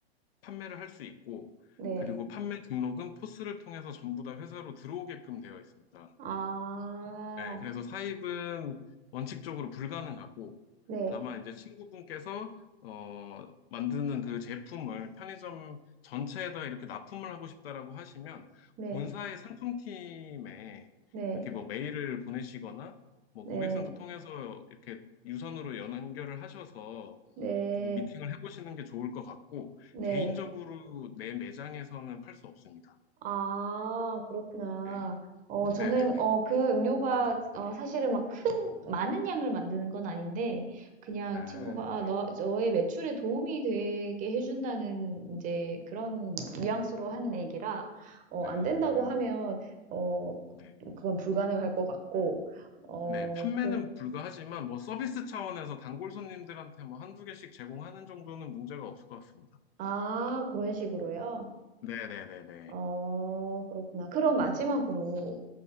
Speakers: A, on the left (about 65°); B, on the right (about 25°).
A: 판매를 할 수 있고,
B: 네.
A: 그리고 판매 등록은 포스를 통해서 전부 다 회사로 들어오게끔 되어 있습니다.
B: 아,
A: 네, 그래서 사입은 원칙적으로 불가능하고,
B: 네,
A: 다만 이제 친구분께서 어, 만드는 그 제품을 편의점 전체에다 이렇게 납품을 하고 싶다라고 하시면
B: 네,
A: 본사의 상품팀에
B: 네,
A: 이렇게 뭐 메일을 보내시거나 뭐
B: 네.
A: 고객센터 통해서 이렇게 유선으로 연결을 하셔서
B: 네.
A: 조금 미팅을 해보시는 게 좋을 것 같고,
B: 네.
A: 개인적으로 내 매장에서는 팔 수 없습니다.
B: 아 그렇구나.
A: 네.
B: 어 저는
A: 네네네.
B: 어 그 음료가 어 사실은 막 큰 많은 양을 만드는 건 아닌데 그냥
A: 아,
B: 친구가 아
A: 네.
B: "너 너의 매출에 도움이 되게 해 준다."는 이제 그런 뉘앙스로 한 얘기라 어
A: 아,
B: 안 된다고 하면 어
A: 네.
B: 그건 불가능할 것 같고 어
A: 네. 판매는
B: 그
A: 불가하지만, 뭐, 서비스 차원에서 단골 손님들한테 뭐, 한두 개씩 제공하는 정도는 문제가 없을 것 같습니다.
B: 아 그런 식으로요?
A: 네네네네.
B: 어 그렇구나. 그럼 마지막으로